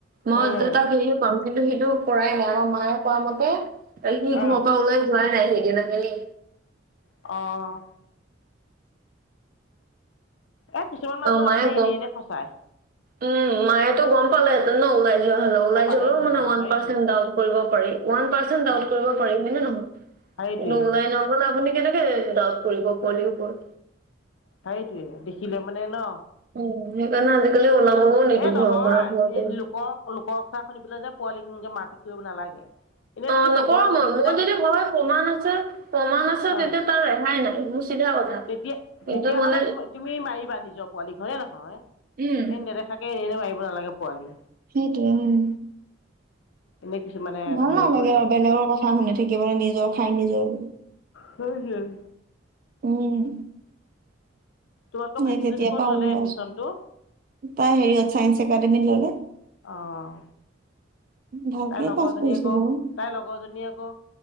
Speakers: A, on the right; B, on the left.
A: মই
B: উম
A: তাক হেৰি কম কিন্তু সিটো কৰাই নাই আমাৰ মায়ে কোৱা মতে সি
B: অ
A: ঘৰৰ পৰা ওলাই যোৱাই নাই সেইদিনা খনি।
B: অঁ। এ কিছুমান মানুহো
A: অ মায়ে
B: আছেই এনেই
A: গম
B: এনেই ফচাই।
A: উম মায়ো গম পালে হেঁতেন ন ওলাই যোৱা হ'লে ওলাই
B: অ পালেহেঁতেন
A: যাবও মানে ওৱান
B: অ সেইটোৱে
A: পাৰ্চেণ্ট দাউত কৰিব পাৰি ৱান্ত পাৰ্চেণ্ট দাউত
B: অ
A: কৰিব পাৰি হয় নে নহয়।
B: সেইটোৱে
A: নহলে আপুনি কেনেকে ডাউট কৰিব পোৱালিৰ ওপৰত।
B: সেইটোৱে দেখিলে মানে ন
A: উ সেইকাৰণে আজিকালি ওলাবলৈও নিদি
B: এই
A: ঘৰৰ
B: নহয়
A: পৰা ঘৰতে।
B: এই লোকৰ লোকৰ কথা শুনি পেলাই যে পোৱালী এনেকে মাৰপিত কৰিব নালাগে। এনেই
A: অ
B: তুমি
A: নকৰো
B: চকুৰ আগত
A: মই
B: দেখিছা
A: মোৰ যদি হয় প্ৰমাণ আছে প্ৰমাণ আছে
B: অঁ
A: তেতিয়া ৰেহাই নাই মোৰ চিধা কথা।
B: তেতিয়া
A: কিন্তু
B: তেতিয়াহ'লে
A: মানে
B: তুমি মাৰিবা নিজৰ পোৱালিক হয়নে নহয়
A: উম
B: এই নেদেখা এ এনে এনে মাৰিব নালাগে পোৱালি।
A: সেইটোৱে উম।
B: এনেই কিছুমানে
A: ভাল
B: হেৰি
A: নাই
B: কৰে
A: আৰু বেলেগৰ কথা শুনি থাকিবলৈ নিজৰ খাই নিজৰ বুলি।
B: হম হম।
A: উম।
B: তোমালোকৰ
A: সেই
B: ভাগিনজনী
A: তেতিয়াৰ
B: ক'ত
A: পৰা
B: ল'লে
A: ওলোৱা
B: এডমিশ্যনটো?
A: তাই হেৰিয়ত চাইন্স একাডেমীত ললে।
B: অঁ
A: ভালকে
B: তাইৰ লগৰজনী
A: পাছ পৰিছে
B: আকৌ
A: বাৰু।
B: তাইৰ লগৰজনীয়ে আকৌ